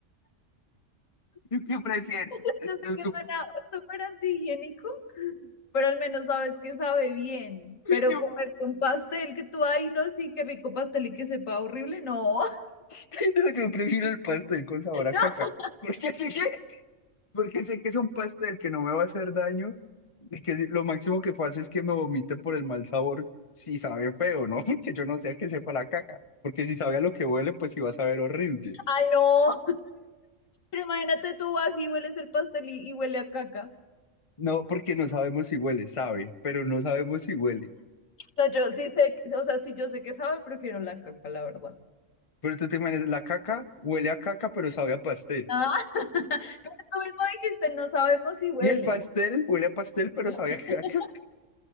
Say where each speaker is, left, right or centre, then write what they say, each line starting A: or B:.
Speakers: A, on the left; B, on the left.
A: <laughs> ¿Tú qué prefieres?
B: <laughs>
A: Entonces
B: Yo sé que
A: tú,
B: suena súper antihigiénico, pero al menos sabes que sabe bien. Pero
A: "Ay, no.
B: comer un pastel que tú, ay, no, sí, qué rico pastel y que sepa horrible, no. <laughs>
A: <laughs> No, yo prefiero el pastel con sabor a
B: No,
A: caca. Porque sé que, <laughs> porque sé que es un pastel que no me va a hacer daño y que lo máximo que pasa es que me vomite por el mal sabor si sabe feo, ¿no? <laughs> Porque yo no sé a qué sepa la caca. Porque si sabe a lo que huele, pues sí va a saber horrible.
B: Ay, no. Pero imagínate tú así hueles el pastel y, y huele a caca.
A: No, porque no sabemos si huele, sabe, pero no sabemos si huele.
B: No, yo sí sé, o sea, sí yo sé que sabe, prefiero la caca, la verdad.
A: Pero tú te imaginas, la caca huele a caca, pero sabe a pastel.
B: Ah, <laughs> pero tú mismo dijiste, no sabemos si huele.
A: Y el pastel huele a pastel, pero
B: <laughs>
A: sabe a caca.